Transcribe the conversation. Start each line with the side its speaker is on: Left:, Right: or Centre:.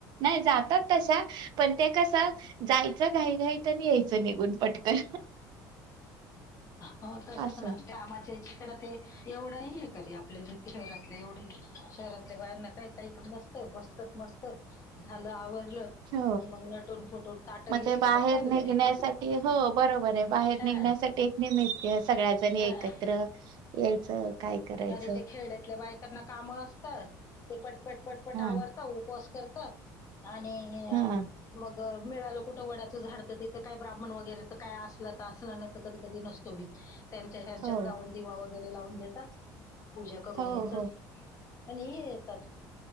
Right: नाय जातात तशा पण ते कस जायचं घाई घाईत अन यायचं निघून पटकन.
Left: हो तसच
Right: असं
Left: ना कामाच्या ह्याच्यात ते एवढं नाई हे करते आपल्या जितक्या शहरातले एवढंही शहरातल्या बायांना काय काय करत बस बसतात मस्त झालं आवरलं.
Right: हो
Left: की मग नटून फुटून ताटं
Right: मग
Left: घेतले
Right: ते बाहेर
Left: का चाललंय
Right: निघण्यासाठी हो बरोबर आहे बाहेर
Left: हा
Right: निघण्यासाठी एक निमित्य सगळ्याजणी
Left: हा
Right: एकत्र यायचं काय करायचं
Left: खाली ते खेड्यातल्या बायकांना कामं असत ते पटपट पटपट
Right: हा
Left: आवरत उपवास करत आणि
Right: हा
Left: मग मिळालं कुठं वडाचं झाड तर तिथे काय ब्राह्मण वगैरे तर काय असलं तर असलं नाही तर कधी कधी नसत तो बी ह्याच ह्यांचा
Right: हो
Left: जाऊन दिवा वगैरे लावून देता पूजा करून
Right: हो
Left: घेतात
Right: हो
Left: आणि येतात